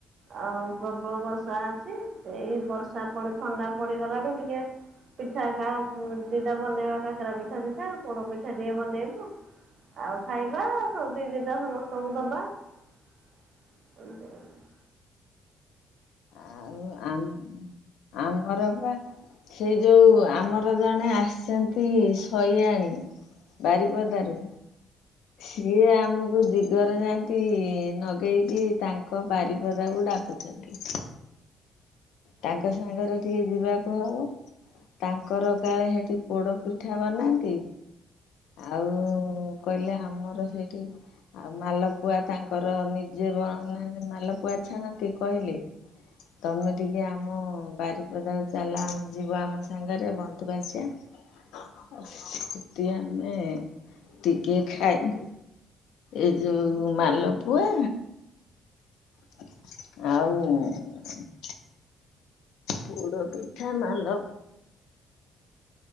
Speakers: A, on the right; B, on the left.
A: ଆଉ ପ୍ରବଳ ବର୍ଷା ଅଛି ସେଇ ବର୍ଷା ପଡି ଥଣ୍ଡା ପଡିଗଲାଠୁ ଟିକେ। ପିଠା କା ଉଁ ଦିଟା ବନେଇବା କାକାରା ପିଠା ଦିଟା ପୋଡ ପିଠା ଟିକେ ବନେଇବୁ। ଆଉ ଖାଇବା ସମସ୍ତିଙ୍କି ଦିଟା ସମସ୍ତଙ୍କୁ ଦବା। <unintelligible>
B: ଆଉ ଆମ ଆମର ପା। ସେଇ ଯୋଉ ଆମର ଜଣେ ଆସିଛନ୍ତି ଶୟାଣି। ବାରିପଦାରୁ। ସିଏ ଆମକୁ ଦିଗର ଯାନ୍ତି ନଗେଇକି ତାଙ୍କ ବାରିପଦାକୁ ଡାକୁ ଚନ୍ତି। ତାଙ୍କ ସାଙ୍ଗରେ ଟିକେ ଯିବାକୁ ହବ। ତାଙ୍କର କାଳେ ହେଠି ପୋଡ଼ ପିଠା ବନାନ୍ତି। ଆଉ କହିଲେ ଆମର ସେଇଠି। ଆଉ ମାଲପୁଆ ତାଙ୍କର ନିଜେ ବ ମାଲପୁଆ ଛାଣନ୍ତି କହିଲେ। ତମେ ଟିକେ ଆମ ବାରିପଦାକୁ ଚାଲ ଆମ ଯିବ ଆମ ସାଙ୍ଗରେ ବନ୍ଧୁ ବାସିବା। ସେଟି ଆମେ ଟିକେ ଖାଇ ଏଇ ଯୋଉ ମାଲପୁଆ। ଆଉ ପୋଡ଼ ପିଠା ମାଲ